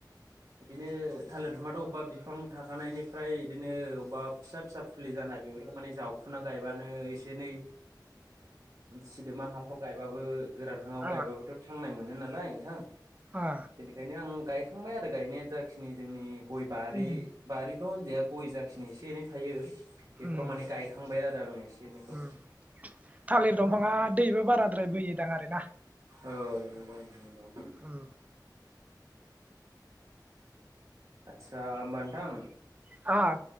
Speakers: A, on the right; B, on the right.
A: बिदिनो थालिर बिफांआथ' अबेबा बिफां थाखानायनिफ्राय बिदिनो अबेबा फिसा फिसा फुलि जानाय बेफोरखौ माने जावखुना गायबानो एसे एनै सिदोमा हाब <unintelligible> गायबाबो गोरान हांआव
B: आ
A: गायबाबोथ' थांनाय मोन मोन नालाय नोंथां
B: आ
A: बेनिखायनो आं गायखांबाय आरो गायनाया जाखिनि जोंनि गय बारि
B: उम
A: बारि थ' उजाया गय जाखिनि एसे एनै थायो बेफोराव
B: उम
A: माने गायखांबाय आरो आङो एसे एनैखौ
B: उम थालिर दंफाङा दैबो बाराद्राय बोयोदां आरोना
A: औ नंगौ नंगौ उ
B: उम
A: आतसा ओमबा नोंथां
B: आ